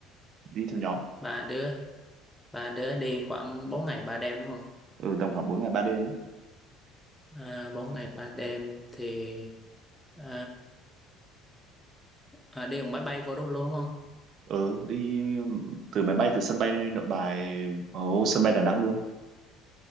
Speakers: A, on the right; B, in the centre.
A: đi theo nhóm.
B: Ba đứa, ba đứa đi khoảng 4 ngày ba đêm đúng không?
A: Ừ, tầm khoảng bốn ngày ba đêm ấy.
B: À, 4 ngày 3 đêm thì à, à, đi bằng máy bay vô đó luôn đúng không?
A: Ừ, đi từ máy bay từ sân bay Nội Bài, ở sân bay Đà Nẵng luôn.